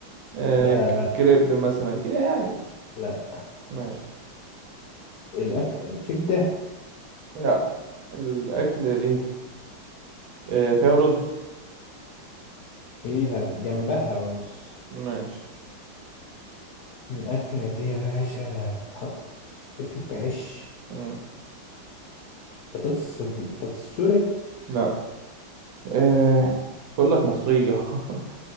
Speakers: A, on the right; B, on the left.
A: آه،
B: لا لا
A: كريب مثلا كده يعني
B: لا
A: ماشي
B: الأكل الكبدة
A: لا الاكل دي آه، فيها رز
B: فيها جنبها رز
A: ماشي
B: الأكلة دي يا باشا لا تحط تاكل بعيش
A: مم.
B: بطاطس بطاطس سوري
A: لا آه، بقول لك مصرية <laughs>